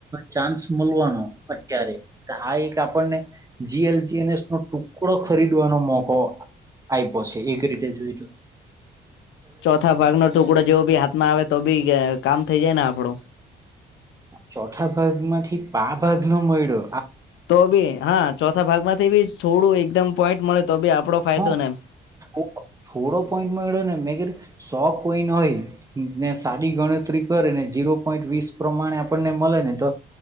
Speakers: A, on the right (about 15°); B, on the left (about 75°).
A: ચાન્સ મળવાનો અત્યારે આ એક આપણને જીએલજીસ ટુ ટુકડો ખરીદવાનો મોકો આયપો છે એક રીતે જોઈજ
B: ચોથા ભાગ નો ટુકડો જેવો બી હાથમાં આવે તો બી કામ થઈ જાય ને આપડુ
A: ચોથા ભાગ માંથી પા ભાગ નો મળડો
B: તો બી હા ચોથા ભાગ માંથી બી થોડું એકદમ પોઈન્ટ મળે તો બી આપડો ફાયદો
A: હા
B: ને એમ
A: થોડો થોડો પોઈન્ટ મળેને મેં કીધું સો કોઈન હોય ને સાદી ગણતરી કરે ને જીરો પોઈન્ટ વીસ પ્રમાણે આપણને મળે ને તો